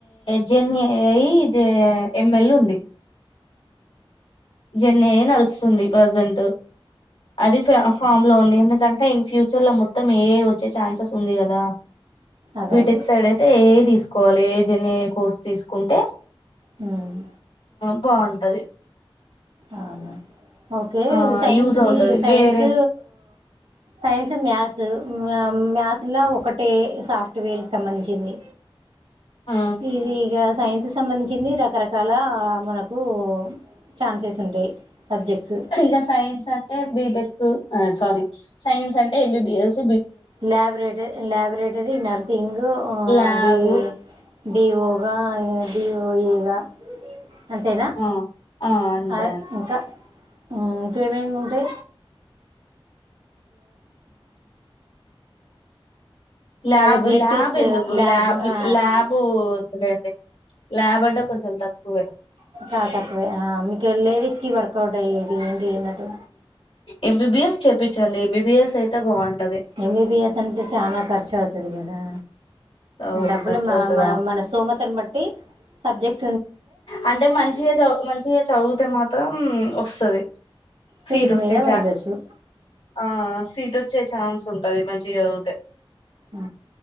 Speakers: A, on the left (about 85°); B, on the right (about 75°).
A: జెన్ఏఐ జె ఎంఎల్ ఉంది. జెన్ఏఐ యే నడుస్తుంది ప్రజెంట్ అది ఫ ఫామ్ లో ఉంది ఏం అంటే ఇన్ ఫ్యూచర్ లో మొత్తం ఏఐ వచ్ వచ్చే ఛాన్సెస్ ఉంది గదా
B: అదే
A: బిటెక్
B: అదే
A: సైడైతే ఏఐ ది తీసుకోవాలి ఏఐజ్ అనే కోర్స్ తీసుకుంటే
B: హ్మ్
A: బావుంటది
B: అవునా ఓకే
A: ఆ
B: సైన్స్
A: యూజ్ అవుతది
B: ది సైన్స్
A: వేరే
B: సైన్సు మేథ్సు మె మేథ్స్ ఇలా ఒకటే సాఫ్ట్వేర్ కి సంబంధించింది
A: ఆ
B: ఈజీగా సైన్స్ సంబంధించింది రకరకాల మనకు ఛాన్సెస్ ఉంటాయి సబ్జెక్ట్స్
A: కా సయిన్ అంటే బీటెక్ సారీ సైన్స్ అంటే ఎబిబిఎస్
B: ల్యాబరేటరి ల్యాబరేటర నర్సింగ్
A: ల్యాబ్
B: డి డిఓగా డిఓఇగా అంతేనా
A: ఆ ఆ అంతే
B: అదే ఇంకా హ్మ్ ఇంకేమేమి ఉంటాయి
A: ల్యాబ్
B: అదే బ్లడ్
A: ల్యాబ్
B: టెస్ట్
A: ఎందుకు ల్యాబ్
B: ఆ
A: ల్యాబ్ వద్దులేండి ల్యాబ్ అంటే కొంచెం తక్కువే
B: ఇంకా తక్కువే ఆ మీకు లేడీస్ కి వర్కౌట్ అయ్యే త ఏనడు
A: ఎంబీబీఎస్ చెప్పించాలి ఎంబీబీఎస్ అయితే బాగుంటంది
B: ఎంబిబిఎస్ అంటే చనా ఖర్చు అవుతుది కదా
A: ఓ
B: డబ్బులు
A: ఖర్చు అవుతదా
B: మన మన సోమత అని బట్టి సబ్జెక్ట్
A: అంటే మంచిగా చ మంచిగా చదివితే మాత్రం వస్తుది
B: సీటు
A: సీట్ వస్తే
B: మీద
A: చ
B: వెళ్ళొచ్చు
A: ఆ సీట్ వే వచ్చే ఛాన్స్ ఉంటది మంచిగా చదితే
B: ఆ